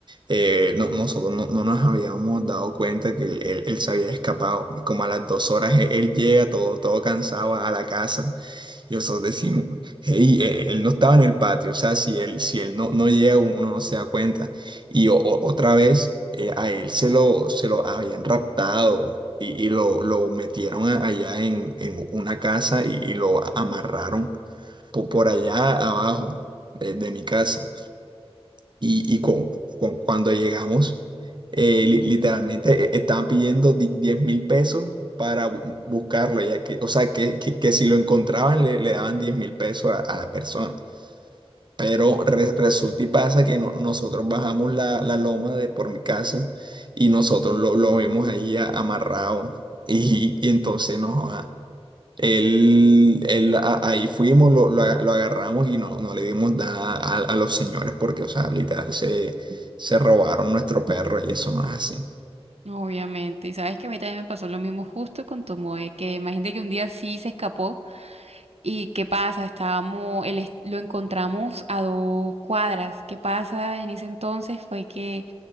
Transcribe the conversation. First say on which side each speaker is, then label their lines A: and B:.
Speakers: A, on the right (about 45°); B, on the right (about 80°).
A: eh, no- nosotros no, no nos habíamos dado cuenta que él, él- él se había escapado. Y Como a las dos horas e- él, llega todo, todo cansado a la casa y nosotros decimos, hey, eh, él no estaba en el patio. O sea, si él, si él no, no llega, uno no se da cuenta. Y o- o- otra vez eh, a él se lo, se lo habían raptado. Y, y lo, lo metieron a- allá en, en una casa y, y lo amarraron po- por allá abajo de de mi casa y, y con, con- cuando llegamos, eh, li- literalmente eh, estaban pidiendo di- diez mil pesos para bu- buscarlo, ya que, o sea, que, que, que si lo encontraban le, le daban diez mil pesos a, a la persona. Pero re- resulta y pasa que no- nosotros bajamos la, la loma de por mi casa y nosotros lo, lo vimos ahí a- amarrado <laughs> y, y entonces no. joda, él, él, a- ahí fuimos, lo, lo, aga- lo agarramos y no, no le dimos nada a, a los señores porque, o sea, literal, se, se robaron nuestro perro y eso no es así.
B: Obviamente, y sabes que a mí también me pasó lo mismo justo con Tomoe, que imagínate que un día sí se escapó y ¿qué pasa? Estábamos, él es- lo encontramos a dos cuadras. ¿Qué pasa en ese entonces? Fue que